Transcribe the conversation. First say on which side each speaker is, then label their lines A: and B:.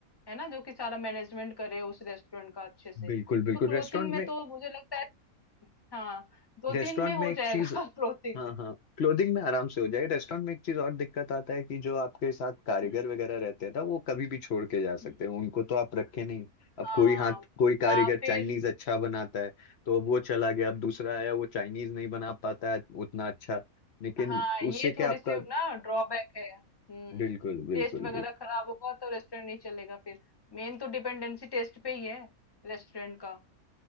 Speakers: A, on the left; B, on the left.
A: है ना जो कि सारा मैनेजमेंट करे उस रेस्टोरेंट का अच्छे से
B: बिल्कुल बिल्कुल
A: तो क्लोथिंग
B: रेस्टोरेंट
A: में
B: में
A: तो मुझे लगता है हाँ दो
B: रेस्टोरेंट
A: तीन में हो
B: में एक
A: जाएगा
B: चीज
A: <laughs> क्लोथिंग
B: हाँ
A: में
B: हाँ क्लोथिंग में आराम से हो जाएगा रेस्टोरेंट में एक चीज और दिक्कत आता है कि जो आपके साथ कारीगर
A: हम्म।
B: वगैरह रहते हैं ना वो कभी भी छोड़ के जा सकते
A: हुँ,
B: हैं उनको तो आप रखे नहीं अब
A: हाँ,
B: कोई हाथ कोई कारीगर
A: हाँ, फिर
B: चाइनीज अच्छा बनाता है तो अब वो चला गया अब दूसरा आया वो चाइनीज नहीं बना पाता है उतना अच्छा लेकिन
A: हाँ, ये
B: उससे क्या
A: थोड़ी-सी
B: आपका
A: ना ड्रॉबैक है। हुँ,
B: बिल्कुल बिल्कुल
A: टेस्ट वगैरह
B: बिल्कुल
A: खराब होगा तो रेस्टोरेंट नहीं चलेगा फिर। मेन तो डिपेंडेंसी टेस्ट पे ही है रेस्टोरेंट का।